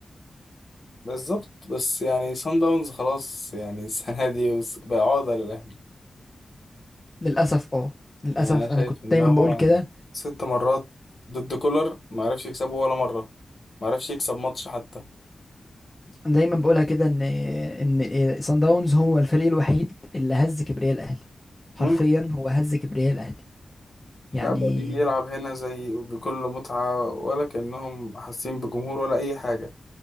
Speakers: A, on the left; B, on the left.
A: بالظبط بس يعني سان داونز خلاص يعني السنة دي وس- بقى عقدة للأهلي
B: للاسف اه للاسف
A: يعني أنا شايف
B: انا كنت
A: إن
B: دايما
A: هو
B: بقول كده
A: ست مرات ضد كولر ما عرفش يكسبه ولا مرة ما عرفش يكسب ماتش حتى
B: دايما بقولها كده ان ان صن داونز هو الفريق الوحيد اللي هز كبرياء الاهلي حرفيا
A: مم.
B: هو هز كبرياء الاهلي يعني
A: لا بقى بيجي يلعب هنا زي بكل متعة ولا كأنهم حاسين بجمهور ولا أي حاجة